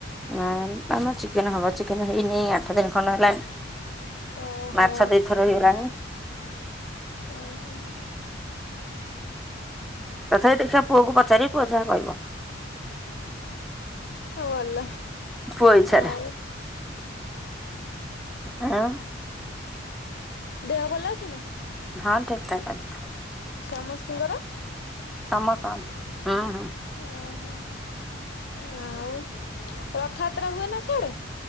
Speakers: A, in the centre; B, on the left.
A: ଆଉ ଆମର ଚିକେନ ହବ, ଚିକେନ ହେଇନି ଆଠ ଦିନ ଖଣ୍ଡେ ହେଲାଣି।
B: ଓହୋ
A: ମାଛ ଦି ଥର ହେଇଗଲାଣି।
B: ଓ ହୋ
A: ତଥାପି ଦେଖିବା ପୁଅକୁ ପଚାରିବି, ପୁଅ ଯାହା କହିବ।
B: ହଉ ଭଲ।
A: ପୁଅ ଇଚ୍ଛାରେ
B: ଆଉ
A: ଆଁ।
B: ଦେହ ଭଲ ଅଛି ନା?
A: ହଁ ଠିକ ଠାକ ଅଛି।
B: ସମସ୍ତଙ୍କ ର?
A: ସମସ୍ତଙ୍କର ହୁଁ ହୁଁ।
B: ଓହୋ, ଆଉ ରଥଯାତ୍ରା ହୁଏ ନା ସେଆଡେ?